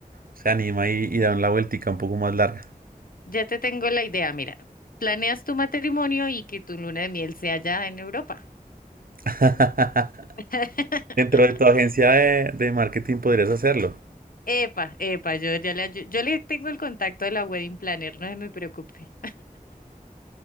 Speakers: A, on the right; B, on the left.
A: se anima y, y da la vueltica un poco más larga.
B: Ya te tengo la idea, mira. Planeas tu matrimonio y que tu luna de miel sea allá en Europa.
A: <laughs>
B: <laughs>
A: Dentro de tu agencia de de marketing podrías hacerlo.
B: Epa, epa, yo ya le, ayu- yo le tengo el contacto de la wedding planner, no se me preocupe.